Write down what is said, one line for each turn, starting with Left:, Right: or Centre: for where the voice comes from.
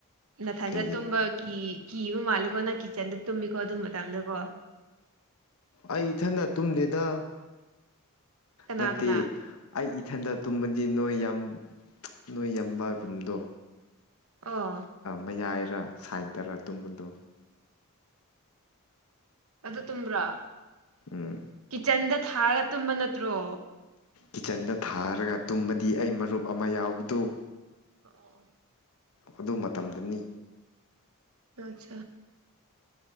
Right: ꯅꯊꯥꯖ
Left: ꯀꯩ
Right: ꯇꯨꯝꯝꯕꯒꯤ ꯀꯤꯕ ꯃꯥꯜꯂꯦꯀꯣ ꯅꯪ ꯀꯤꯠꯆꯟꯗ ꯇꯨꯝꯃꯤꯀꯣ ꯑꯗꯨ ꯃꯇꯥꯡꯗꯀꯣ
Left: ꯑꯩ ꯏꯊꯟꯗ ꯇꯨꯝꯗꯦꯗ
Right: ꯀꯅꯥ
Left: ꯅꯠꯇꯦ
Right: ꯀꯅꯥ
Left: ꯑꯩ ꯏꯊꯟꯗ ꯇꯨꯝꯃꯗꯤ ꯅꯣꯏ ꯌꯥꯝ ꯅꯣꯏ ꯌꯥꯝꯕ ꯔꯨꯝꯗꯣ
Right: ꯑꯣ
Left: ꯃꯌꯥꯏꯔ ꯁꯥꯏꯠꯇꯔ ꯇꯨꯝꯕꯗꯣ
Right: ꯗ ꯑ ꯇ꯭ꯔꯥ
Left: ꯎꯝ
Right: ꯀꯤꯆꯟꯗ ꯊꯥꯔꯒ ꯇꯨꯝꯝꯕ ꯅꯠꯇ꯭ꯔꯣ
Left: ꯀꯤꯠꯆꯟꯗ ꯊꯥꯔꯒ ꯇꯨꯝꯃꯗꯤ ꯑꯩ ꯃꯔꯨꯞ ꯑꯃ ꯌꯥꯎꯕꯗꯨ
Right: ꯑꯣ
Left: ꯑꯗꯨ ꯃꯇꯝꯗꯅꯤ
Right: ꯑꯆꯥ